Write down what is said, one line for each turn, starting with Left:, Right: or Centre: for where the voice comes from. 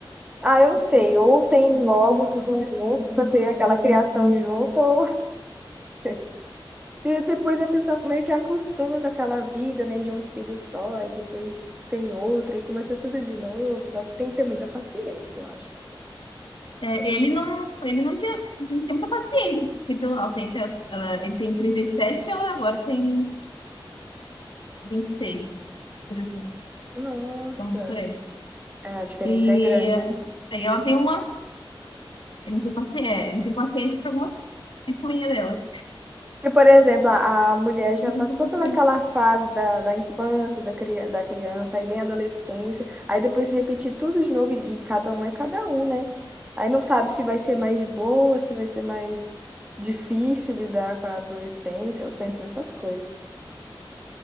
Right: Ah, eu não sei. Ou tem logo tudo junto para ter aquela criação junto, ou <laughs> não sei. E depois a pessoa meio que acostuma com aquela vida, né, de um filho só, e depois tem outro, e começa tudo de novo. Só que Tem que ter muita paciência, eu acho.
Left: É, ele não, ele não tinha, não tem muita paciência. porque Ele tem, ela tem, ela, ele tem trinta e sete e ela agora tem vinte e seis coisa assim,
Right: Nossa,
Left: então por aí.
Right: é, a diferença
Left: E
Right: é grande,
Left: eh,
Right: hein?
Left: aí ela tem umas Eu não tenho paciência, é, não tenho paciência para algumas picuinhas dela.
Right: Porque, por exemplo, a a mulher já
Left: Não
Right: passou
Left: tenho paciência.
Right: pelaquela fase da, da infância, da, cri, da criança, aí vem a adolescência, aí depois repetir tudo de novo, e, e cada um é cada um, né? Aí não sabe se vai ser mais de boa, se vai ser mais difícil lidar com a adolescência, eu penso nessas coisas.